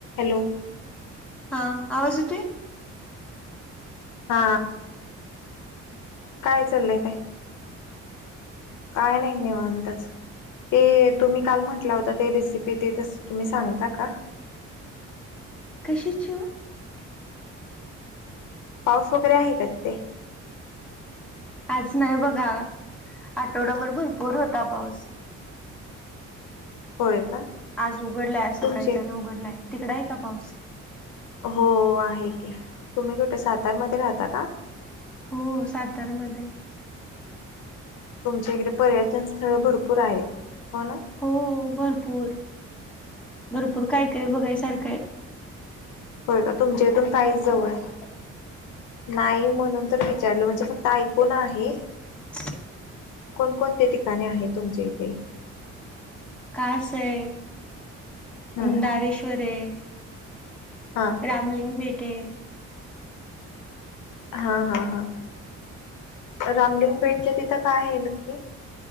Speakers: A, on the left; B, in the centre.
A: Hello
B: हा आवाज येतोय.
A: हा काय चाललंय ताई काय नाही निवांतच. ते तुम्ही काल म्हटला होता ते रेसिपी ते तस तुम्ही सांगता का
B: कशाची ओ
A: पाऊस वगैरे आहे का तिथे
B: आज नाही बघा आठवडाभर भरपूर होता पाऊस.
A: होय का?
B: आज उघडलाय सकाळच्यान
A: तुमचे
B: उघडलाय. तिकड आहे का पाऊस?
A: हो आहे की. तुम्ही कुठे सातारमध्ये राहता का?
B: हो सातारमध्ये.
A: तुमच्या इकडे पर्यटन स्थळ भरपूर आहेत हो ना?
B: हो भरपूर भरपूर काय काय बघाय सारखय.
A: होय का तुमच्या इथून काहीच जवळ आहे. नाही म्हणून तर विचारल म्हणजे फक्त ऐकून आहे.
B: <inaudible>
A: कोणकोणते ठिकाणे आहे तुमच्या इथे?
B: कास आहे
A: ह
B: दारेश्वर आहे.
A: हां
B: रामलिंग बेटय
A: हा हा हां रामलिंग बेटच्या तिथ काय आहे नक्की?